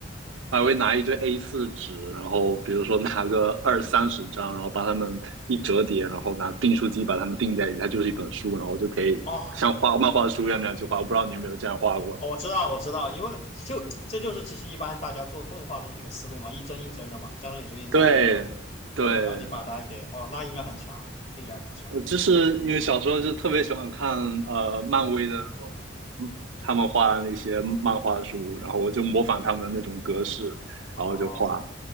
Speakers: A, on the right; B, on the left.
A: 还会拿一堆 A4 纸，然后比如说拿个二三十张，然后把它们一折叠，然后拿订书机把它们订在一起，它就是一本书，然后就可以像画漫画书一样那样去画。
B: 哦，
A: 我不知道你有没有这样画过？
B: 哦我知道，我知道，因为就这就是其实一般大家做动画的那个思路嘛，一帧一帧的嘛，相当于说一张一张，
A: 对，对，
B: 对，然后你把它给，哦，那应该很强，听起来很强。
A: 我就是因为小时候就特别喜欢看呃漫威的那种，嗯他们画的那些漫画书，然后我就模仿他们的那种格式，
B: 哦，
A: 然后就画。